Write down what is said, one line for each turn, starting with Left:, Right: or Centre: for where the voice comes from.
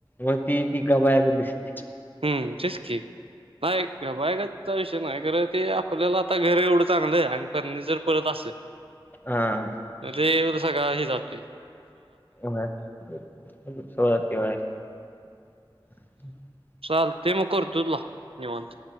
Left: मग ती ती गबाया गत दिसते.
Right: हम्म तिचकी हा गबायगत. तो विषय नाही खरं ते आपल्याला आता घर एवढं चांगलं आहे आणि फर्निचर परत असे
Left: हा
Right: <unintelligible> ती एवढं सगळा ही जाते.
Left: <unintelligible>
Right: चालतय मग करतोय तुला निवांत.